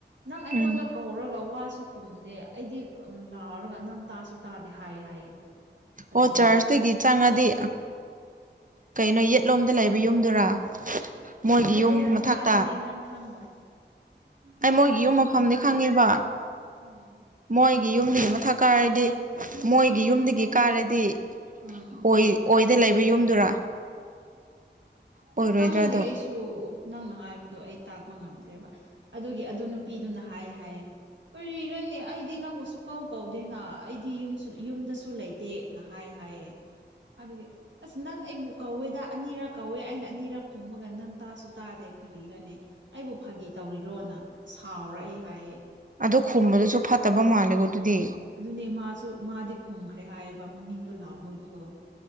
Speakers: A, on the right; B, on the right.
A: ꯅꯪ ꯑꯩꯉꯣꯟꯗ
B: ꯎꯝ
A: ꯀꯧꯍꯧꯔꯒ ꯋꯥꯁꯨ ꯈꯨꯝꯗꯦ ꯑꯩꯗꯤ ꯎ ꯂꯥꯎꯔꯒ ꯅꯪ ꯇꯥꯁꯨ ꯇꯥꯗꯦ ꯍꯥꯏꯌꯦ ꯍꯥꯏꯌꯦ ꯑꯗꯨꯒꯤ
B: ꯑꯣ ꯆꯔꯆꯇ ꯒꯤ ꯆꯪꯉꯗꯤ ꯀꯩꯅꯣ ꯑ ꯌꯦꯠꯂꯣꯝꯗ ꯂꯩꯕ ꯌꯨꯝꯗꯨꯔꯥ ꯃꯣꯏꯒꯤ
A: ꯅꯠꯇꯦ
B: ꯌꯨꯝ
A: ꯃꯈꯥꯗꯅꯦ
B: ꯃꯊꯛꯇ
A: ꯅꯪ ꯈꯉꯣꯏ
B: ꯑꯩ ꯃꯣꯏꯒꯤ ꯌꯨꯝ ꯃꯐꯝꯗꯤ ꯈꯪꯉꯦꯕ
A: ꯎꯝ
B: ꯃꯣꯏꯒꯤ ꯌꯨꯝꯗꯒꯤ ꯃꯊꯛ ꯀꯥꯔꯗꯤ ꯃꯣꯏꯒꯤ ꯌꯨꯝꯗꯒꯤ ꯀꯥꯔꯗꯤ
A: ꯑꯥ
B: ꯑꯣꯏ ꯑꯣꯏꯗ ꯂꯩꯕ ꯌꯨꯝꯗꯨꯔꯥ ꯑꯣꯏꯔꯣꯏꯗ꯭ꯔꯥ
A: ꯈꯪꯗꯦ
B: ꯑꯗꯣ
A: ꯑꯩꯁꯨ ꯁꯨ ꯅꯪꯅ ꯍꯥꯏꯕꯗꯣ ꯑꯩ ꯇꯥꯛꯄ ꯉꯝꯗ꯭ꯔꯦꯕ ꯑꯗꯨꯒꯤ ꯑꯗꯨ ꯅꯨꯄꯤꯗꯨꯅ ꯍꯥꯏ ꯍꯥꯏꯌꯦ ꯀꯔꯤꯔꯅꯦ ꯑꯩꯗꯤ ꯅꯪꯕꯨꯁꯨ ꯀꯥꯎ ꯀꯧꯗꯦꯅ ꯑꯩꯗꯤ ꯌ ꯌꯨꯝꯗꯁꯨ ꯂꯩꯇꯦ ꯍꯥꯏ ꯍꯥꯏꯌꯦ ꯑꯗꯨꯒꯤ ꯑꯁ ꯅꯪ ꯑꯩꯕꯨ ꯀꯧꯋꯦꯗ ꯑꯅꯤꯔꯛ ꯀꯧꯋꯦ ꯑꯩꯅ ꯑꯅꯤꯔꯛ ꯈꯨꯝꯃꯒ ꯅꯪ ꯇꯥꯁꯨ ꯇꯥꯗꯦ ꯈꯔꯤꯔꯅꯦ ꯑꯩꯕꯨ ꯐꯥꯒꯤ ꯇꯧꯔꯤꯔꯣꯅ ꯁꯥꯎꯔꯛꯑꯦ ꯍꯥꯏꯌꯦꯦ
B: ꯑꯗꯨ ꯈꯨꯝꯕꯗꯨꯁꯨ ꯐꯠꯇꯕ ꯃꯥꯜꯂꯦꯀꯣ ꯑꯗꯨꯗꯤ
A: ꯑꯗꯨꯅꯦ ꯃꯥꯁꯨ ꯃꯥꯗꯤ ꯈꯨꯝꯈ꯭ꯔꯦ ꯍꯥꯏꯌꯦꯕ ꯃꯃꯤꯡꯗꯣ ꯂꯥꯎꯕꯒꯤꯀꯣ